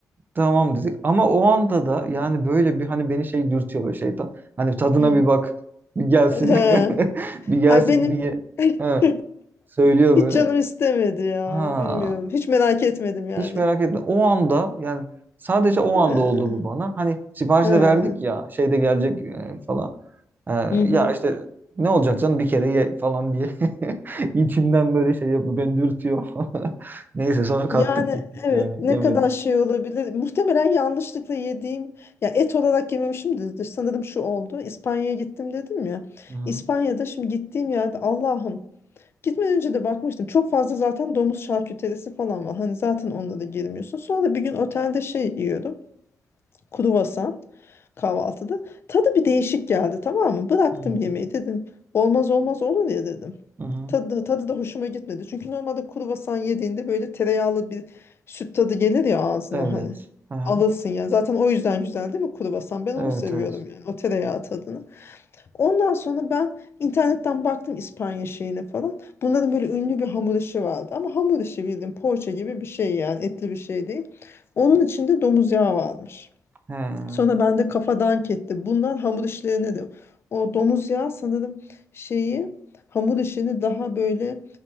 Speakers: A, on the right; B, on the left.
A: tamam dedik. Ama o anda da yani böyle bir hani beni şey dürtüyor böyle şeytan. Hani tadına
B: Hı.
A: bir bak, bir gelsin.
B: He.
A: <laughs> Bir gelsin,
B: Ay benim
A: bir ye.
B: <laughs>
A: Ha, söylüyor
B: hiç
A: böyle.
B: canım istemedi ya.
A: Ha,
B: Bilmiyorum. Hiç merak etmedim yani.
A: hiç merak etme. O anda yani sadece o
B: He.
A: anda oldu bu bana. Hani siparişi
B: He.
A: de verdik ya şeyde gelecek e, falan. E,
B: Hı hı.
A: ya işte ne olacak canım bir kere ye falan diye <laughs> içimden böyle şey yapıyor. Beni dürtüyor. <laughs> Neyse sonra kalktık
B: Yani
A: gittik
B: evet
A: yani
B: ne
A: yemedik.
B: kadar şey olabilir. Muhtemelen yanlışlıkla yediğim ya et olarak yememişimdir. Sanırım şu oldu. İspanya'ya gittim dedim ya.
A: Hı hı.
B: İspanya'da şimdi gittiğim yerde Allah'ım Gitmeden önce de bakmıştım. Çok fazla zaten domuz şarküterisi falan var. Hani zaten onda da girmiyorsun. Sonra bir gün otelde şey yiyordum. kruvasan kahvaltıda. Tadı bir değişik geldi tamam mı? Bıraktım
A: Hmm.
B: yemeği dedim. Olmaz olmaz olur ya dedim.
A: Hı hı.
B: Tadı, tadı da hoşuma gitmedi. Çünkü normalde kruvasan yediğinde böyle tereyağlı bir süt tadı gelir ya ağzına
A: Evet.
B: hani.
A: Hı hı.
B: Alırsın yani. Zaten o yüzden güzel değil mi kruvasan? Ben onu
A: Evet
B: seviyorum
A: evet.
B: yani. O tereyağı tadını. Ondan sonra ben internetten baktım İspanya şeyine falan. Bunların böyle ünlü bir hamur işi vardı. Ama hamur işi bildiğin poğaça gibi bir şey yani. Etli bir şey değil. Onun içinde domuz yağı varmış.
A: He,
B: Sonra ben de kafa dank etti. Bunlar hamur işlerine de. O domuz yağı sanırım şeyi hamur işini daha böyle